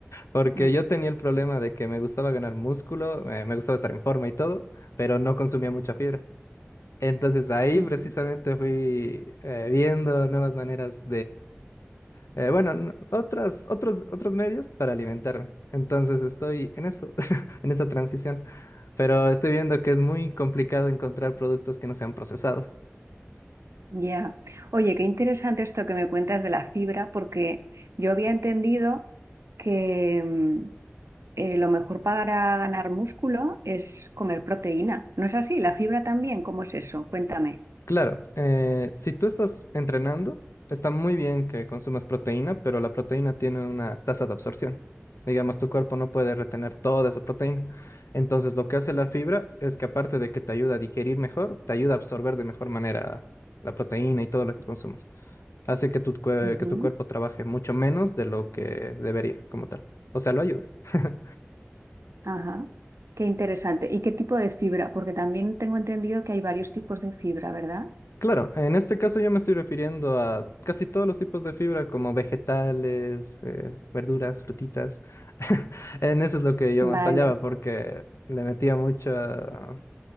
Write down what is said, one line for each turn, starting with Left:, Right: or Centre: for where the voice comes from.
Left: porque
Right: Ujú.
Left: yo tenía el problema de que me gustaba ganar músculo, eh, me gustaba estar en forma y todo, pero no consumía mucha fibra. Entonces ahí
Right: Ujú.
Left: precisamente fui eh, viendo nuevas maneras eh, bueno, n- otras, otros, otros medios para alimentarme. Entonces estoy en eso, <laughs> en esa transición. Pero estoy viendo que es muy complicado encontrar productos que no sean procesados.
Right: Ya. Oye, qué interesante esto que me cuentas de la fibra, porque yo había entendido que mm, eh, lo mejor para ganar músculo es comer proteína. ¿No es así? ¿La fibra también? ¿Cómo es eso? Cuéntame.
Left: Claro, eh, si tú estás entrenando, está muy bien que consumas proteína, pero la proteína tiene una tasa de absorción. Digamos, tu cuerpo no puede retener toda esa proteína. Entonces, lo que hace la fibra es que aparte de que te ayuda a digerir mejor, te ayuda a absorber de mejor manera la proteína y todo lo que consumas. Hace que tu, cue-
Right: Ujú.
Left: que tu cuerpo trabaje mucho menos de lo que debería, como tal. O sea, lo ayudas. <laughs>
Right: Ajá. Qué interesante. ¿Y qué tipo de fibra? Porque también tengo entendido que hay varios tipos de fibra, ¿verdad?
Left: Claro, en este caso yo me estoy refiriendo a casi todos los tipos de fibra, como vegetales, eh, verduras, frutitas. <laughs> En eso es lo que yo
Right: Vale.
Left: más fallaba, porque le metía mucha-